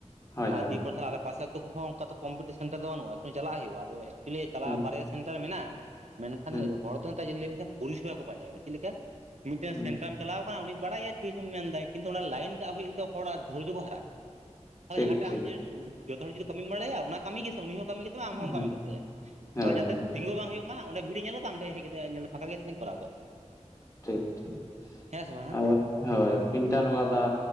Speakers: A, on the left (about 25°); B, on the right (about 70°).
A: ᱦᱳᱭ
B: ᱟᱨ
A: ᱦᱳᱭ
B: ᱫᱤᱭᱮ ᱯᱚᱨ ᱛᱟᱦᱟᱞᱮ ᱟᱞᱮ ᱯᱟᱥᱮ ᱟᱛᱳ ᱠᱚᱦᱚᱸ ᱚᱱᱠᱟ ᱫᱚ ᱠᱚᱯᱴᱤᱥᱮᱱ ᱥᱮᱱᱴᱟᱨ ᱫᱚ ᱵᱟᱹᱱᱩᱜᱼᱟ। ᱮᱠᱴᱩ ᱪᱟᱞᱟᱜ ᱦᱩᱭᱩᱜᱼᱟ ᱟᱫᱚ, ᱮᱠᱪᱩᱭᱤ ᱪᱟᱞᱟᱜᱼᱟ
A: ᱦᱩᱸ
B: ᱵᱟᱨᱭᱟ ᱼᱼ ᱥᱮᱱᱴᱟᱨ ᱢᱮᱱᱟᱜᱼᱟ, ᱢᱮᱱᱠᱷᱟᱱ
A: ᱦᱩᱸ
B: ᱦᱚᱲ ᱫᱚ ᱱᱮᱛᱟᱨ ᱪᱮᱫ ᱞᱟᱹᱭ ᱢᱮᱥᱮ ᱯᱚᱨᱤᱥᱮᱵᱟ ᱠᱚ ᱯᱟᱸᱡᱟᱭᱫᱟ। ᱪᱮᱫ ᱞᱮᱠᱟ ᱼᱼ ᱢᱤᱫᱴᱮᱱ
A: ᱦᱩᱸ
B: ᱥᱮᱱᱴᱟᱨᱟᱢ ᱪᱟᱞᱟᱣ ᱟᱠᱟᱱᱟ, ᱩᱱᱤ ᱵᱟᱲᱟᱭᱟᱭ ᱴᱷᱤᱠᱮᱢ ᱢᱮᱱᱫᱟᱭ। ᱠᱤᱱᱛᱩ ᱚᱱᱟ ᱞᱟᱭᱤᱱ ᱠᱟᱜ ᱦᱩᱭᱩᱜ ᱫᱚ, ᱦᱚᱲᱟᱜ ᱫᱷᱳᱨᱡᱚ ᱠᱚ ᱦᱟᱨᱟᱜ ᱠᱟᱱᱟ। ᱛᱟᱦᱟᱞᱮ
A: ᱴᱷᱤᱠ
B: ᱡᱟᱦᱟᱸ ᱴᱟᱜ
A: ᱴᱷᱤᱠ
B: ᱟᱢᱮ ᱡᱚᱛᱚ ᱦᱚᱲ ᱡᱩᱫᱤ ᱠᱟᱹᱢᱤᱢ ᱵᱟᱲᱟᱭᱟ, ᱚᱱᱟ ᱠᱟᱹᱢᱤ ᱜᱮ ᱥᱮ, ᱩᱱᱤ ᱦᱚᱸ ᱠᱟᱹᱢᱤ ᱜᱮ, ᱛᱟᱭᱟ ᱟᱢ ᱦᱚᱢ
A: ᱦᱩᱸ
B: ᱠᱟᱹᱢᱤ ᱠᱮᱫ ᱛᱮᱭᱟ, ᱛᱟᱦᱚᱞᱮ
A: ᱦᱳᱭ
B: ᱡᱟᱛᱮ
A: ᱦᱳᱭ
B: ᱛᱤᱸᱜᱩ ᱵᱟᱝ ᱦᱳᱭᱳᱜ ᱼᱼ ᱢᱟ ᱚᱸᱰᱮ ᱵᱷᱤᱲ ᱮ ᱧᱮᱞ ᱛᱮ ᱟᱢ ᱴᱷᱮᱡ ᱦᱮᱡ ᱠᱟᱛᱮ ᱮ ᱧᱮᱞᱟ ᱯᱷᱟᱸᱠᱟ ᱜᱮᱭᱟ <unintelligible> ᱠᱚᱨᱟᱣ ᱠᱚᱣᱟ᱾
A: ᱴᱷᱤᱠ ᱴᱷᱤᱠ᱾
B: ᱦᱮᱸ ᱥᱮ ᱵᱟᱝ
A: ᱟᱨ ᱦᱳᱭ ᱯᱨᱤᱱᱴᱟᱨ ᱟᱞᱟᱫᱟ,